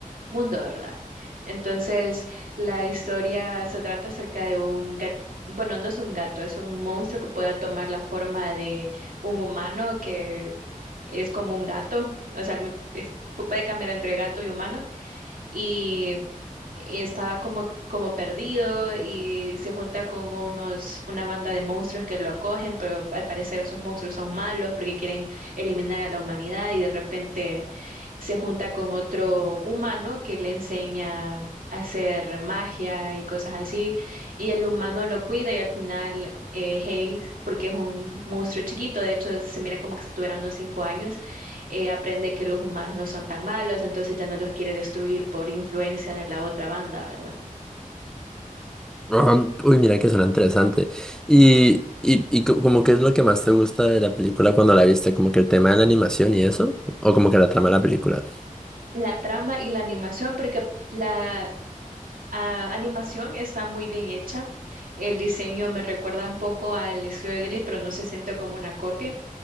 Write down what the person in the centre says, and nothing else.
Ajá, Uy, mira que suena interesante. Y, y, y co- como qué es lo que más te gusta de la película cuando la viste, como que el tema de la animación y eso, o como que la trama de la película.